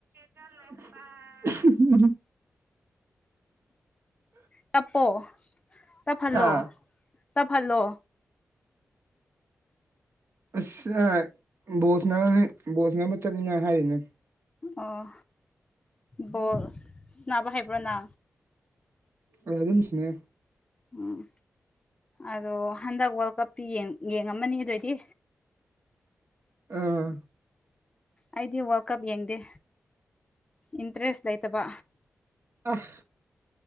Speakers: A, on the right; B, on the left.
A: <unintelligible>
B: ꯇꯞꯄꯣ ꯇꯞꯍꯜꯂꯣ
A: ꯑꯥ
B: ꯇꯞꯍꯜꯂꯣ
A: ꯑꯁ ꯕꯣꯁꯅꯔꯅꯤ ꯕꯣꯁꯅ ꯅꯕ ꯆꯠꯅꯤꯡꯉꯥꯏ ꯍꯥꯏꯔꯤꯅꯦ
B: ꯑꯣ ꯕꯣꯜ ꯁꯅꯥꯕ ꯍꯥꯏꯕ꯭ꯔꯣꯅ
A: ꯑ ꯑꯗꯨ ꯁꯥꯇꯩꯅꯦ
B: ꯎꯝ ꯑꯗꯣ ꯍꯟꯗꯛ ꯋꯥꯔꯜ ꯀꯞꯇꯤ ꯌꯦꯡꯉꯝꯃꯅꯤ ꯑꯗꯨꯑꯣꯏꯗꯤ
A: ꯑꯥ
B: ꯑꯩꯗꯤ ꯋꯥꯔꯜ ꯀꯞ ꯌꯦꯡꯗꯦ ꯏꯟꯇꯔꯦꯁ ꯂꯩꯇꯕ
A: ꯑꯥ